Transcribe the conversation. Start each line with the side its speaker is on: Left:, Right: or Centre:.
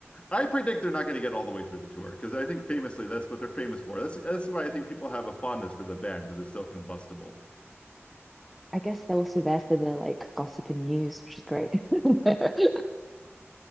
Left: I predict they're not going to get all the way through the tour because I think famously that's what they're famous for. That's that's why I think people have a fondness for the band because it's so combustible.
Centre: I guess they're also there for the like gossip and news, which is great. <laughs>